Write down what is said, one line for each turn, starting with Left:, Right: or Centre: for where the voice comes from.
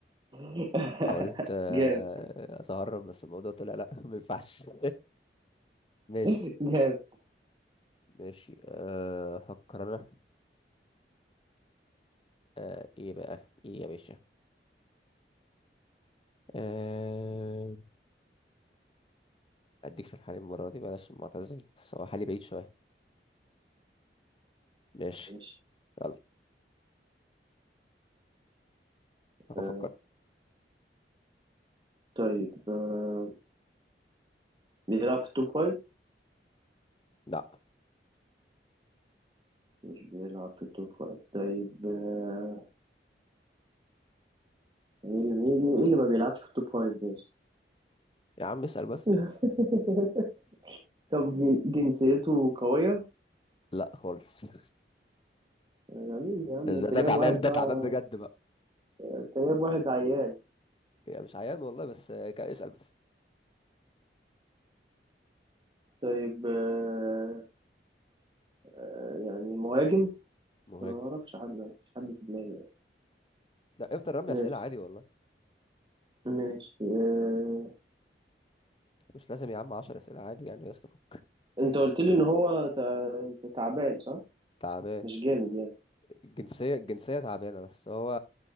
Right: <laughs>
Left: حاولت آه،
Right: جامد
Left: اتهرب بس الموضوع طلع لا <laughs> ما ينفعش <laughs> ماشي
Right: جامد
Left: ماشي آه، افكر انا آه، ايه بقى ايه يا باشا أه... اديك في الحليب المرة دي بلاش معتزل بس هو حالي بعيد شوية ماشي
Right: ماشي
Left: يلا
Right: آه
Left: افكر
Right: طيب آه بيلعب في التوب فايف
Left: لا
Right: مش بيلعب في التوب فايف طيب آه ايه اللي مين اللي- ايه اللي ما بيلعبش في التوب فايف ده
Left: يا عم اسأل بس
Right: <laughs> طب ج- جنسيته قوية
Left: لا خالص <laughs>
Right: ده مين يا عم
Left: ده
Right: انت جايب
Left: ده تعبان
Right: واحد بقى
Left: ده تعبان بجد بقى
Right: انت جايب واحد عيان
Left: يعني مش عيان والله بس آه، كا- اسأل بس
Right: طيب آه آه، يعني مهاجم
Left: مهاجم
Right: انا ما اعرفش حد مفيش حد في دماغي يعني.
Left: لا افضل رمي
Right: ماشي
Left: اسئلة عادي والله
Right: ماشي آه
Left: مش لازم يا عم 10 اسئلة عادي يعني يا اسطى فك
Right: انت قلت لي ان هو تع- انت تعبان صح
Left: تعبان
Right: مش جامد يعني
Left: الجنسية الجنسية تعبانة بس هو